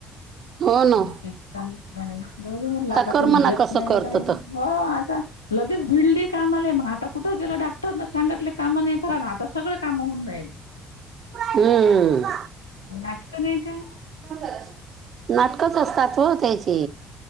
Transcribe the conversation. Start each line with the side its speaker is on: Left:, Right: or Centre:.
Right: हो ना
Left: <unintelligible> चालूच जाऊ दे म्हटलं आता
Right: कर
Left: कोणी
Right: म्हणा
Left: येत
Right: कसं
Left: नाही
Right: करत
Left: काही नाही
Right: तर
Left: हो आता लगेच भिडली कामाला मग आता कुठं गेलं डाक्टरला सांगले काम नाही करा ना आता सगळं काम होऊन जाईल
Right: हम्म
Left: नाटक नाही का
Right: <unintelligible> नाटकच असतात हो त्याची.